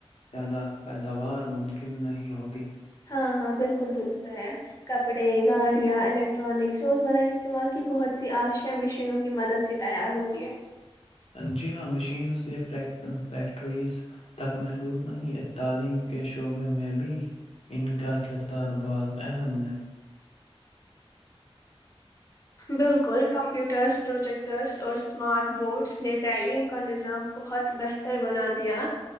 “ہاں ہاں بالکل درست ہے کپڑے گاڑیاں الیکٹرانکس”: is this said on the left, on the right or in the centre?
Left